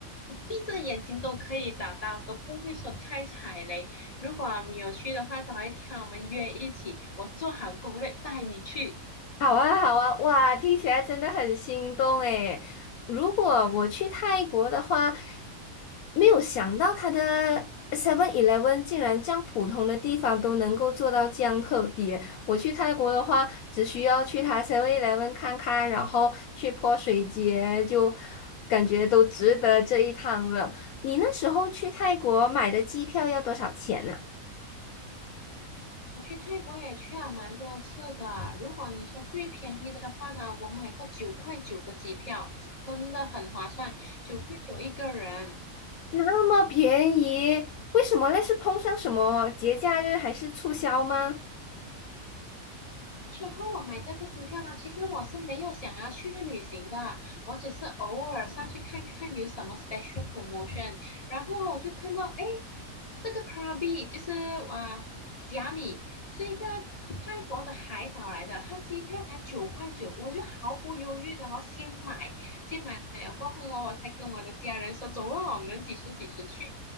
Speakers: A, on the left; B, on the left.
A: 你闭着眼睛都可以找到，都不会说太踩雷。如果你有去的话，找一天我们约一起，我做好攻略带你去。
B: 好啊，好啊，哇，听起来真的很心动诶。如果我去泰国的话，没有想到它的 Seven Eleven 竟然这样普通的地方都能够做到这样特别。我去泰国的话，只需要去它 Seven Eleven 看看，然后去泼水节，就感觉都值得这一趟了。你那时候去泰国买的机票要多少钱呢？
A: 我去泰国也去了蛮多次的，如果你说最便宜的话呢，我买过九块九的机票，真的很划算，九块九一个人。
B: 那么便宜，为什么嘞？是碰上什么节假日还是促销吗？
A: 最后我买这个机票呢，其实我是没有想要去旅行的，我只是偶尔上去看看有什么 special promotion，然后我就看到，哎，这个 Krabi 就是啊，甲米是一个泰国的海岛来的，它机票才九块九，我就毫不犹豫的哦，先买，先买了过后哦，我才跟我的家人说，走啊，我们几时几时去